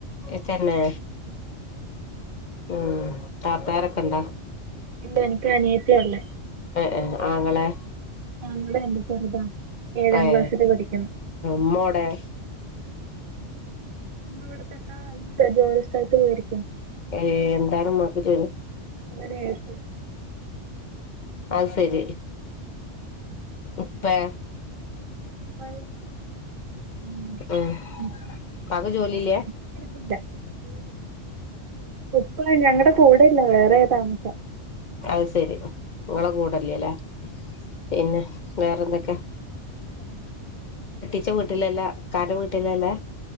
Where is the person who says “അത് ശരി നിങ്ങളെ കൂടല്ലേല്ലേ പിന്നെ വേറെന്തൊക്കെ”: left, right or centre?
Left